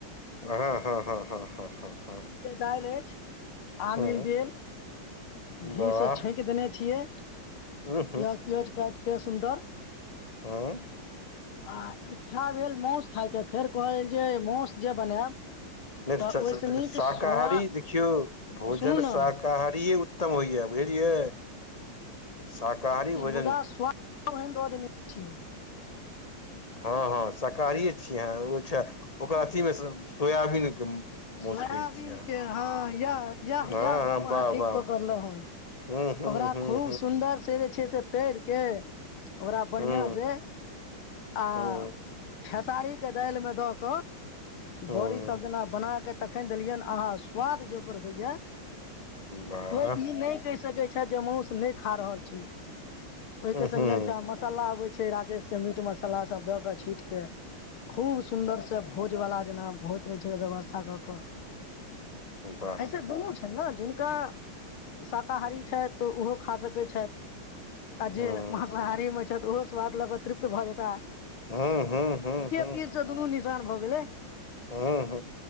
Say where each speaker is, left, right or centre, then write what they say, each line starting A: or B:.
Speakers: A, on the left; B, on the left.
A: हँ हँ हँ हँ। हँ हँ हँ
B: दले <unintelligible> आमिल
A: हँ
B: गेल घी
A: वाह
B: से छौक देने छियै।
A: हूँ
B: क तज काज क सुन्दर।
A: आँ।
B: आ इच्छा भेल मासु खाायके फेर कहल जे मासु जे बनायब
A: नि्च
B: तऽ ओहिसँ नीक
A: शाकाहारी
B: सोया
A: देखियौ भोजन
B: सुनू ने
A: शाकाहार उत्तम होए बुझलियै। शाकाहारी
B: ई
A: भोजन
B: मुदा स्वाद ओहन दआ देने छ।
A: हँ हँ शाकाहारिये छियै अहाँ ओ छै ओकर अथीमे सोयाबीनके
B: सोयाबीन
A: मौस कहै छियै अहाँ
B: के हँ इएह इएह इएह
A: हँ
B: गप
A: हँ
B: अहाँ
A: वाह
B: ठीक
A: वाह
B: पकड़लहुँ हन।
A: हम्म हम्म
B: ओकरा
A: हम्म
B: खूब सुन्दर से छै से पेड़ के ओकरा बढ़िआ
A: हम्म
B: से आ
A: हम्म
B: खेसारीके दालिमे दऽ कऽ
A: हम्म
B: बड़ी सब जेना बना के तक खान देलियनि अहाँ स्वाद जे ओकर होइए।
A: वाह
B: को ई नहि क सै छै जे मासस नहि खा रहल छी। ओहिके
A: हम्म हम्म
B: संगगे अच्छा मसाला आबै छै। छै राकेश के मीट मसाला सब द के छीट के खूब सुन्दर से भोज बला जेना होइत रहै छै त व्यवस्था कऽ कऽ
A: वाह
B: ऐसे दोनो छै ने जिनका शाकाहारी छै तऽ ओहो खा सकैत छथि आ
A: हम्म
B: जे मांसाहारी मे छथि ओहो स्वाद लऽ कऽ तृप्त भऽ जेता।
A: हँ हू हू।
B: तीर से दुनू निशान भऽ गेलै
A: हम्म